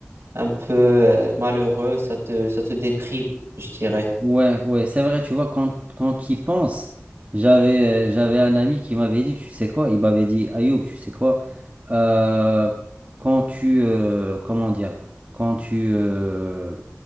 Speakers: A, on the right; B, on the right.
A: un peu euh, malheureux, ça te, ça te déprime, je dirais.
B: Ouais, ouais, c'est vrai, tu vois, quand, quand tu y penses, j'avais, euh, j'avais un ami qui m'avait dit, tu sais quoi, il m'avait dit, Ayoub, tu sais quoi, euh, quand tu, euh, comment dire, quand tu, euh,